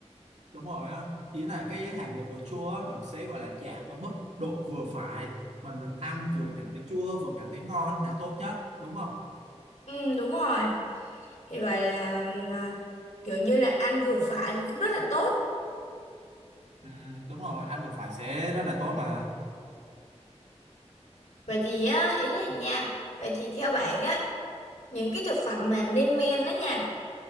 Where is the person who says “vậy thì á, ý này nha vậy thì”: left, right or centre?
Left